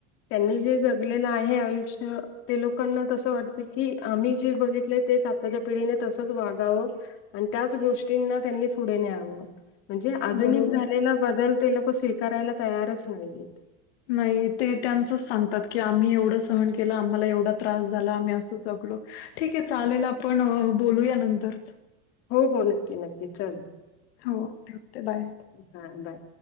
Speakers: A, on the left; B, on the left.
A: त्यांनी जे जगलेलं आहे आयुष्य. ते लोकांना तसं वाटतं की आम्ही जे बघितलं तेच आताच्या पिढीने तसंच वागावं. आणि त्याच गोष्टींना त्यांनी पुढे न्यावं. म्हणजे आधुनिक
B: बरोबर.
A: झालेला बदल ते लोक तयारच नाहीय आहेत.
B: नाही ते त्यांचच सांगतात की, आम्ही एवढं सहन केलं. आम्हाला एवढा त्रास झाला. आम्ही असं जगलो ठीक आहे चालेल. आपण अ बोलूया नंतर.
A: हो हो नक्की नक्की चालेल.
B: होे ठेवते बाय.
A: हा बाय